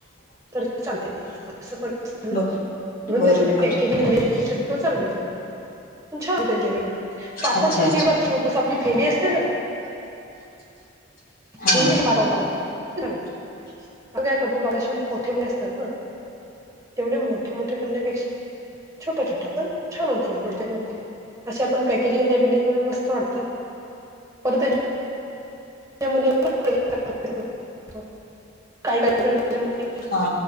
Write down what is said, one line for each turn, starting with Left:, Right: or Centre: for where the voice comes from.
Right: तरी ते चालते असं पण असत ना
Left: ब
Right: म्हणून
Left: बरोबर
Right: त्यासाठी पॅकेजिंग <unintelligible> चांगले छान त्यांच्याकडून पापड
Left: अच्छा
Right: पण
Left: अच्छा
Right: नेमच छोटस आपली फेनी असते ना
Left: हा
Right: फेनित <unintelligible> मग काय करतो बारशे मोठेमुळे असतात ना तेवढे मोठे मोठे करण्यापेक्षा छोटा छोटा पण छान होते पापड ते पण अशा पण पॅकेजिंग बिलिंगला मस्त वाटतं परत <unintelligible>
Left: हा.